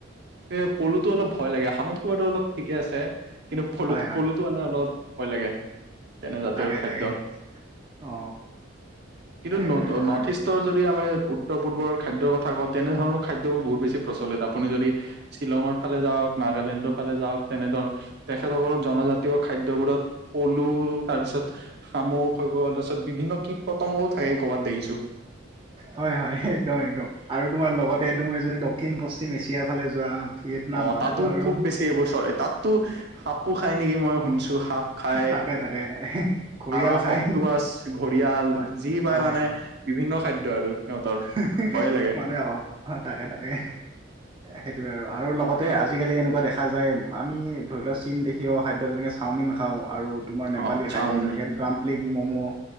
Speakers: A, on the right; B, on the right.
A: এ পলুতটো অলপ ভয় লাগে শামুখটো বাৰু অলপ ঠিকে আছে কিন্তু ফলু
B: হয় হয়
A: পলু। টো মানে অলপ ভয় লাগে। তেনে জাতীয়ৰ
B: তাকে
A: খাদ্য
B: তাকে অ
A: কিন্তু
B: তাকে
A: নত
B: তাকে
A: নৰ্থ
B: আৰু
A: ইষ্ট। উত্তৰ যদি আমি উত্তৰ পূৰ্বৰ খাদ্যৰ কথা কওঁ তেনেধৰণৰ খাদ্যবোৰ বহুত বেছি প্ৰচলিত আপুনি যদি। শ্বিলঙৰ ফালে যাওক নাগালেণ্ডৰ ফালে যাওক তেনেধৰণ। তেখেতসকলৰ জনজাতীয় খাদ্যবোৰত পলু তাৰপিছত শামুক হৈ গল তাৰপিছত বিভিন্ন কীট পতংগও থাকে ক'ৰবাত দেখিছো।
B: হয় -হয় একদম -একদম আৰু তোমাৰ লগতে তুমি যদি দক্ষিণ পশ্চিম এছিয়াৰ ফালে যোৱা। ভিয়েটনাম
A: অ
B: তাতেতো
A: তাতো
B: আৰু
A: খুব বেছি এইবোৰ চৰে তাততো সাপো খাই নেকি মই শুনছো সাপ খাই
B: তাকে- তাকে ঘৰিয়াল
A: সাপ
B: খাই
A: অক্টোপাছ ঘৰিয়াল
B: হয়
A: যি পায়
B: -হয়
A: মানে
B: -হয়।
A: বিভিন্ন খাদ্য আৰু সিহঁতৰ
B: হি-হি
A: ভয়ে লাগে
B: মানে অ', তাকে- তাকে। সেইটোয়ে আৰু আ-ৰু লগতে আজিকালি এনেকুৱা দেখা যায় আমি ধৰি লোৱা চীন দেখি প্ৰিয় খাদ্য যেনেকৈ চাওমিন খাওঁ আৰু। তোমাৰ নেপালী
A: অ চাওমিন
B: খাদ্য যেনেকৈ দ্ৰাম্পলিং ম'ম'